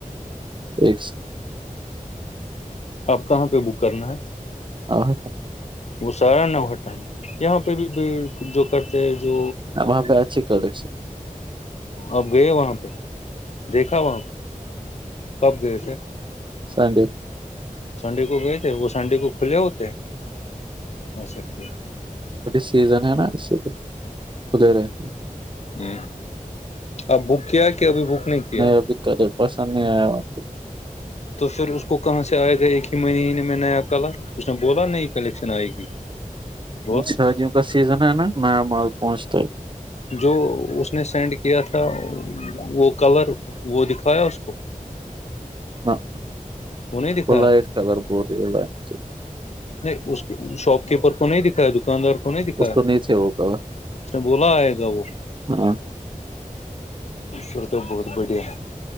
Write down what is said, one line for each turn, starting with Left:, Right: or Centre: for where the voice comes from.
Right: ایک
Left: آپ کہاں پہ بک کرنا ہے
Right: اور
Left: وہ سارا نہ ہوتا ہے یہاں پہ بھی جو کرتے ہیں جو
Right: وہاں پہ اچھی کالیک سے
Left: اب گئے وہاں پہ دیکھا وہاں پہ کب گئے تھے
Right: سڈے
Left: سنڈے کو گئے تھے وہ سنڈے کو کھلے ہوتے اچھا ٹھیک
Right: سیزن ہے نا اس خدے رہتی ہے
Left: ہ اب بک کیا کہ ابھی بک نہیں کیا
Right: میں ابھی کدھی پسند نہیں آیا <inaudible>
Left: تو پھر اس کو کہاں سے آئے گا ایک ہی منیینے میں نیا کلر اس نے بولا نئی کلیکشن آئے گی <unintelligible>
Right: شادیوں کا سیزن ہے نا نیا مال پہنچتا ہے
Left: جو اس نے سینڈ کیا تھا وہ کلر وہ دکھایا اس کو
Right: ہاں
Left: نہیں دکھایا
Right: وہ لائٹ کلر ب رہ ہے لائ <inaudible>
Left: نہیں اس شاپ کیپر کو نہیں دکھایا دکاندار کو کو نہیں دکھا
Right: اس نہیں تھے وہ کلر
Left: بولا آئے گا وہ
Right: ہاں
Left: شر تو بہت بڑیا ہے